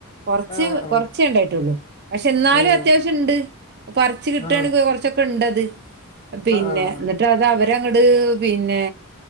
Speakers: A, on the right; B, on the left.
A: കൊറച്ച്
B: ആഹ്
A: കൊറച്ചേണ്ടായിട്ടുള്ളൂ പക്ഷെ എന്നാലും
B: ആഹ്
A: അത്യാവശ്യണ്ട് പറിച്ച് കിട്ട്വാണെങ്കി
B: ആഹ് ആഹ്
A: കൊറച്ചൊക്കെണ്ടത് പിന്നെ
B: ആഹ് ആഹ്
A: ന്നിട്ട് അ ത അവരങ്ങട് പിന്നെ